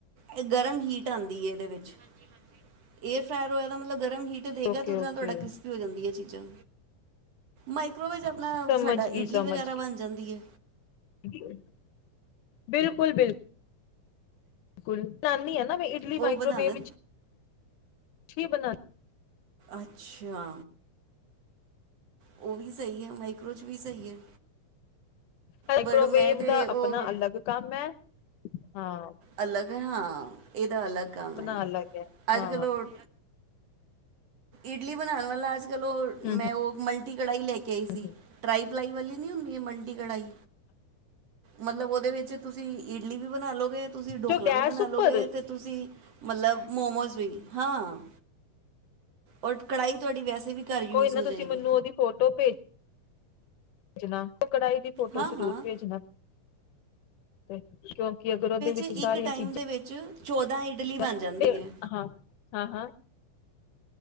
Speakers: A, on the right; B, on the left.
A: ਇਹ ਗਰਮ ਹੀਟ ਆਉਂਦੀ ਇਹਦੇ ਵਿੱਚ <unintelligible> ਹੋਇਆ ਇਹਦਾ ਮਤਲਬ ਗਰਮ ਗਰਮ ਹੀਟ ਦੇਗਾ
B: ਓਕੇ
A: ਤੇ ਉਹਦੇ
B: ਓਕੇ
A: ਨਾਲ ਤੁਹਾਡਾ ਕ੍ਰਿਸਪੀ ਹੋ ਜਾਂਦੀਆਂ ਚੀਜ਼ਾਂ। ਮਾਈਕ੍ਰੋਵੇਵ ਚ ਆਪਣਾ
B: ਸਮਝ
A: ਸਾਡਾ
B: ਗਈ
A: ਇਡਲੀ
B: ਸਮਝ
A: ਵਗੈਰਾ ਬਣ ਜਾਂਦੀ ਹੈ।
B: ਗਈ ਬਿਲਕੁਲ- ਬਿਲਕੁਲ। ਕੁੜੀ ਦੀ ਨਾਨੀ ਹੈ ਨਾ। ਨਾ ਮੈਂ ਇਡਲੀ
A: ਉਹ
B: ਮਾਈਕਰੋਵੇਵ
A: ਬਣਾਉਣਾ
B: ਵਿੱਚ। ਕੀ ਬਣਾਨਾ।
A: ਅੱਛਾ ਉਹ ਵੀ ਸਹੀ ਹੈ। ਮਾਈਕਰੋ ਚ ਵੀ ਸਹੀ ਹੈ।
B: ਮਾਈਕ੍ਰੋਵੇਵ
A: ਬਟ ਮੈਂ ਤੇ
B: ਦਾ
A: ਉਹ
B: ਆਪਣਾ ਅਲੱਗ ਕੰਮ ਹੈ। ਹਾਂ।
A: ਅਲੱਗ ਹਾਂ। ਇਹਦਾ ਅਲੱਗ ਕੰਮ
B: ਆਪਣਾ
A: ਹੈ।
B: ਅਲੱਗ ਹੈ ਹਾਂ
A: ਅੱਜ ਕੱਲ੍ਹ ਇਡਲੀ ਬਣਾਉਣ ਵਾਲਾ ਅੱਜ ਕੱਲ ਉਹ
B: ਹਮ
A: ਮੈਂ ਉਹ ਮਲਟੀ। ਕੜਾਈ ਲੈ ਕੇ ਆਈ
B: ਹਮ
A: ਸੀ। ਟਰਾਈ ਪਲਾਈ ਵਾਲੀ ਨੀ ਹੁੰਦੀ ਮਲਟੀ ਕੜਾਈ ਮਤਲਬ ਉਹਦੇ ਵਿੱਚ ਤੁਸੀਂ ਇਡਲੀ ਵੀ ਬਣਾ ਲਓਗੇ। ਤੁਸੀਂ ਢੋਕਲਾ
B: ਜੋ ਗੈਸ
A: ਵੀ ਬਣਾ
B: ਉੱਪਰ
A: ਲਓਗੇ ਤੇ। ਤੁਸੀਂ ਮਤਲਬ ਮੋਮੋਸ ਵੀ ਹਾਂ। ਔਰ ਕੜਾਹੀ ਤੁਹਾਡੀ ਵੈਸੇ ਵੀ ਘਰ ਯੂਜ਼
B: ਕੋਈ ਨਹੀਂ
A: ਹੋ
B: ਤੁਸੀਂ
A: ਜਾਏਗੀ
B: ਮੈਨੂੰ ਉਹਦੀ ਫੋਟੋ ਭੇਜਜੋ। ਭੇਜਣਾ। ਕੜਾਹੀ ਦੀ ਫੋਟੋ
A: ਹਾਂ
B: ਜ਼ਰੂਰ
A: ਹਾਂ
B: ਭੇਜਣਾ। <inaudible> ਕਿਉਂਕਿ ਅਗਰ ਉਹਦੇ ਵਿੱਚ
A: ਇੱਕ
B: ਸਾਰੀਆਂ
A: ਟਾਈਮ
B: ਚੀਜ਼ਾਂ
A: ਦੇ ਵਿੱਚ ਚੌਦਾਂ ਇਡਲੀ ਬਣ ਜਾਂਦੀ ਹੈ।
B: ਹਾਂ। ਹਾਂ, ਹਾਂ।